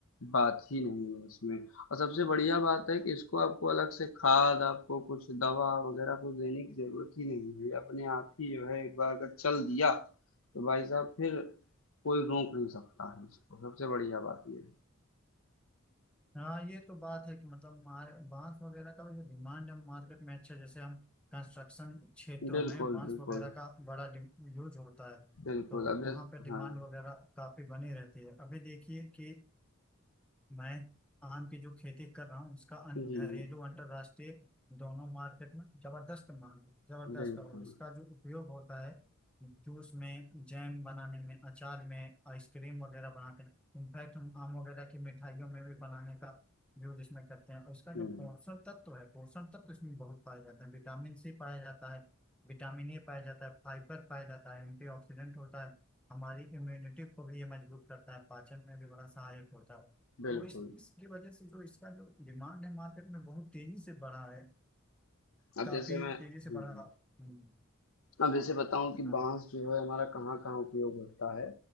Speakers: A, on the left; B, in the centre.
A: बात ही नहीं है इसमें और सबसे बढ़िया बात है कि इसको आपको अलग से खाद, आपको कुछ दवा वगैरह कुछ देने की ज़रूरत ही नहीं है। ये अपने आप ही जो है एक बार अगर चल दिया, तो भाई साहब फिर कोई रोक नहीं सकता है इसको, सबसे बढ़िया बात ये
B: हाँ ये तो बात है कि मतलब मार, बांस वगैरह का भी जो डिमांड है मार्केट में अच्छा जैसे हम कंस्ट्रक्शन क्षेत्रों
A: है। बिल्कुल,
B: में बांस
A: बिल्कुल,
B: वगैरह का बड़ा यूज होता है
A: बिल्कुल।
B: तो
A: अब जैस
B: वहाँ पे डिमांड
A: हाँ,
B: वगैरह काफी बनी रहती है अभी देखिए कि मैं आम की जो खेती कर रहा हूँ उसका अं,
A: जी,
B: घरेलू
A: जी।
B: अंतर्राष्ट्रीय दोनों मार्केट में जबरदस्त मांग है जबरदस्त
A: बिल्कुल।
B: है और इसका जो उपयोग होता है जूस में जैम बनाने में अचार में आइसक्रीम वगैरह बनाते हैं इनफैक्ट हम आम वगैरह की मिठाइयों में भी बनाने का यूज इसमें करते हैं और इसका
A: हुँ,
B: जो पोषण तत्व है पोषण तत्व इसमें बहुत पाए जाते हैं विटामिन सी पाया जाता है विटामिन ए पाया जाता है फाइबर पाया जाता है एंटीऑक्सीडेंट होता है हमारी इम्यूनिटी को भी ये मजबूत करता है पाचन में भी बड़ा सहायक होता है
A: बिल्कुल।
B: तो इस इसकी वजह से जो इसका जो डिमांड है मार्केट में बहुत तेजी से बढ़ा है
A: अब
B: काफी
A: जैसे मैं
B: तेजी से
A: हुँ,
B: बढ़ा
A: हुँ।
B: हम्म,
A: अब जैसे बताऊँ कि
B: हाँ
A: बाँस जो है हमारा कहाँ-कहाँ उपयोग होता है।